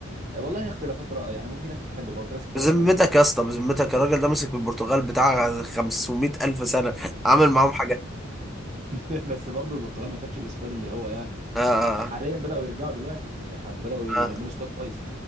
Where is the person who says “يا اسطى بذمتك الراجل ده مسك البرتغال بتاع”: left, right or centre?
Centre